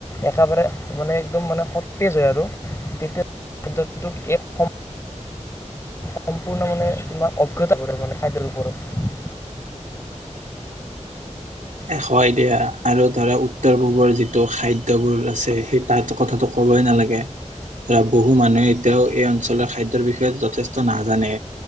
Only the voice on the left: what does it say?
একেবাৰে মানে একদম মানে সতেজ হয় আৰু তেতিয়া <unintelligible> সম্পূৰ্ণ মানে তোমাৰ অজ্ঞতা পৰে মানে খাদ্যৰ ওপৰত।